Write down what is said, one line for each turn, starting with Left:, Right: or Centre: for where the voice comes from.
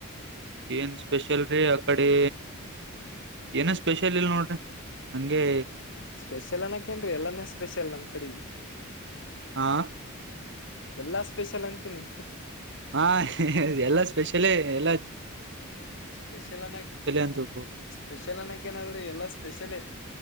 Right: ಏನ್ ಸ್ಪೆಷಲ್ ರೀ ಅ ಕಡೆ ಏನ ಸ್ಪೆಷಲ್ ಇಲ್ ನೋಡ್ರಿ ನಂಗೆ
Left: ಸ್ಪೆಷಲ್ ಅನಕೇನ್ ಎಲ್ಲಾನೇ ಸ್ಪೆಷಲ್ ನಮ್ ಕಡೆ
Right: ಹ
Left: ಎಲ್ಲಾ ಸ್ಪೆಷಲ್ ಅಂತೀನಿ
Right: ಹಾ ಎಲ್ಲಾ ಸ್ಪೆಷಲೇ ಎಲ್ಲ
Left: ಸ್ಪೆಷಲ್ ಅನ್ನಕ್
Right: ಅಂತಕು
Left: ಸ್ಪೆಷಲ್ ಅನ್ನಕ್ ಏನಾದ್ರರು ಎಲ್ಲಾ ಸ್ಪೆಷಲೇ